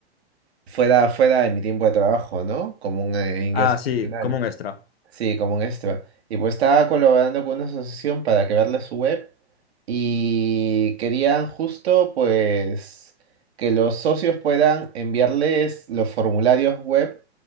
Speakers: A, on the right; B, on the left.
A: fuera, fuera de mi tiempo de trabajo, ¿no? Como un eh, ingreso
B: Ah, sí,
A: adicional.
B: como un extra.
A: Sí, como un extra. Y pues estaba colaborando con una asociación para crearle su web y querían justo pues que los socios puedan enviarles los formularios web